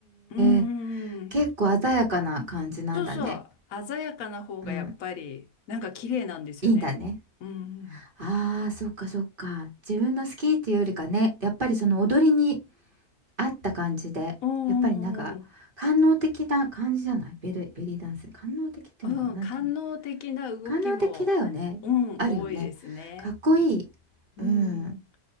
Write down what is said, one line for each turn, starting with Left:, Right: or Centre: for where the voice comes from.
Left: うんうんうん。
Right: え、結構鮮やかな感じなんだね。
Left: そうそう。鮮やかな方がやっぱりなんか綺麗なんですよね。
Right: うん、いいんだね。
Left: うん
Right: ああ、そっかそっか。自分の好きっていうよりかね、やっぱりその踊りに合った感じで、
Left: うん。
Right: やっぱりなんか、
Left: おうおうおー
Right: 官能的な感じじゃないベル、ベリーダンス。官能的っていうのかななんていうの
Left: うん、官能的な動きも、
Right: 官能的だよね。
Left: うん、
Right: あるよね。
Left: 多いですね。
Right: かっこいい。
Left: うん。
Right: うん。